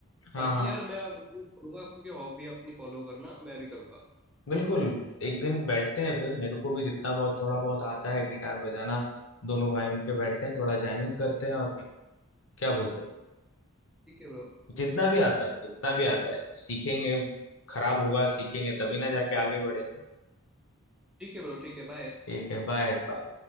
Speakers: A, on the left; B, in the centre.
A: हाँ
B: बाकी
A: हाँ
B: यार मैं बोलूंगा आपको कि हॉबी अपनी फॉलो करना मैं भी करूंगा
A: बिल्कुल एक दिन बैठते हैं फिर मेरे को भी जितना बहुत थोड़ा बहुत आता है गिटार बजाना दोनों भाई मिलके बैठते हैं थोड़ा जैमिंग करते हैं और क्या क्या बोलते हैं
B: ठीक है ब्रो
A: जितना भी आता है जितना भी आता है सीखेंगे खराब होगा सीखेंगे तभी ना जाके आगे बढ़ेंगे
B: ठीक है ब्रो ठीक है बाय
A: ठीक है बाय बाय